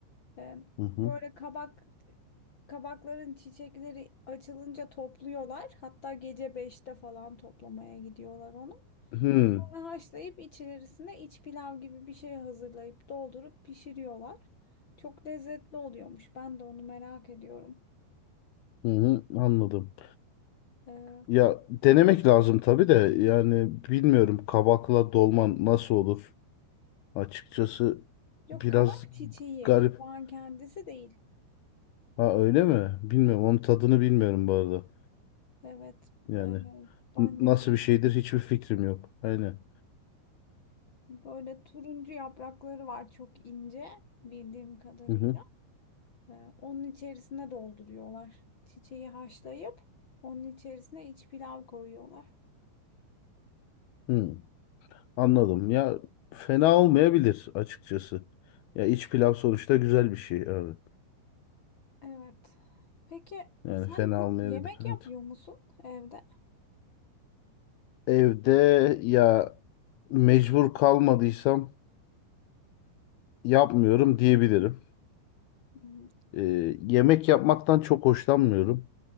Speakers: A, on the left; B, on the left.
A: Ee,
B: Hı hı.
A: Böyle kabak kabakların çiçekleri açılınca topluyorlar. Hatta gece beşte falan toplamaya gidiyorlar onu.
B: Hmm.
A: Sonra haşlayıp içerisine iç pilav gibi bir şey hazırlayıp doldurup pişiriyorlar. Çok lezzetli oluyormuş. Ben de onu merak ediyorum.
B: Hı hı, anladım.
A: Ee,
B: Ya denemek lazım tabii de yani bilmiyorum kabakla dolman nasıl olur? Açıkçası
A: yok
B: biraz
A: kabak çiçeği,
B: garip.
A: kabağın kendisi değil.
B: Ha öyle mi? Bilmiyorum.
A: Hı hı.
B: Onun tadını bilmiyorum bu arada.
A: Evet,
B: Yani
A: ee, ben
B: n-
A: de
B: nasıl
A: bilmiyorum.
B: bir şeydir hiçbir fikrim yok. Aynen.
A: Böyle turuncu yaprakları var çok ince bildiğim kadarıyla.
B: Hı hı.
A: Ee, onun içerisine dolduruyorlar. Çiçeği haşlayıp onun içerisine iç pilav koyuyorlar.
B: Hı. Anladım. Ya fena olmayabilir açıkçası. Ya iç pilav sonuçta güzel bir şey abi.
A: Evet. Peki
B: Yani
A: sen
B: fena
A: hiç
B: olmayabilir.
A: yemek
B: Evet.
A: yapıyor musun evde?
B: Evde ya mecbur kalmadıysam yapmıyorum diyebilirim.
A: Hmm,
B: Ee,
A: Peki.
B: yemek yapmaktan çok hoşlanmıyorum.